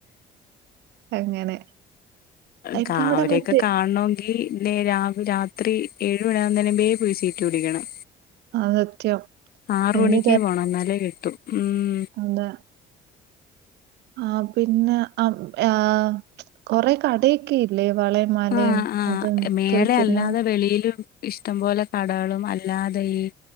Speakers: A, on the right (about 80°); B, on the left (about 65°).
A: അങ്ങനെ
B: ക്കാ
A: ഇപ്പൊ അവിടെ
B: അവരൊക്കെ
A: മറ്റേ
B: കാണോ ങ്കിൽ ലാ രാവിലെ രാത്രി ഏഴു മണിയാവ്ന്നെനുബേ പോയി സീറ്റ് പിടിക്കണം
A: ആ സത്യം
B: ആറ്
A: എന്ത്
B: മണിക്കേ പോണം എന്നാലെ കിട്ടു ഉം
A: ന്താ ആഹ് പിന്നെ ആഹ് കൊറെ കഥയൊക്കെ ഇല്ലേ വളയ മലയും
B: ആഹ് ആഹ്
A: അതും ഒക്കെ
B: മേളെ
A: വിക്കുന്നേ
B: അല്ലാതെ വെളിയിലും ഇഷ്ടം പോലെ കടകളും അല്ലാതെ ഈ